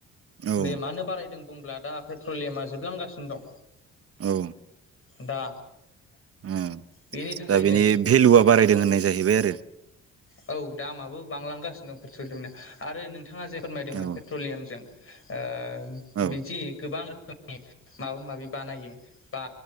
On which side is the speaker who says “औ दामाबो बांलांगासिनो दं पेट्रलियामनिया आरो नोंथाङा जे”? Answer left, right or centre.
Left